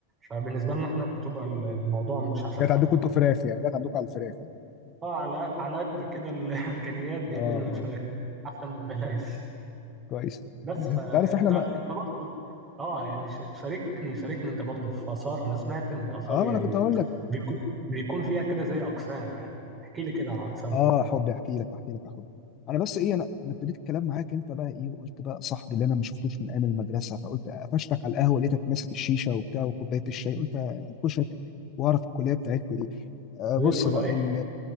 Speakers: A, on the right; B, on the left.
A: فبالنسبة لنا احنا بتبقى الموضوع مش أحسن
B: جت
A: حاجة
B: عندكم انتوا فراخ يعني جت عندكم على الفراخ يعني
A: اه على على قد كده <laughs> الإمكانيات جايبين
B: اه
A: لنا فراخ
B: اه
A: أحسن من بلاش
B: كويس
A: بس
B: انت
A: فانت
B: عارف احنا ما...
A: انت برضه اه يعني ش- شاركني شاركني انت برضه في آثار انا سمعت ان آثار
B: اه
A: يعني
B: ما انا كنت هقول لك
A: بيكون بيكون فيها كده زي اقسام يعني احكي لي كده عن اقسامها
B: اه حبي احكي لك احكي لك يا حبي انا بس ايه انا انا ابتديت الكلام معاك انت بقى ايه وقلت بقى صاحبي اللي انا ما شفتوش من ايام المدرسه فقلت قفشتك على القهوه لقيتك ماسك الشيشه وبتاع وكوبايه الشاي قلت انكشك واعرف الكليه بتاعتكم دي آه
A: وليه
B: بص
A: الفضائح
B: بقى ال...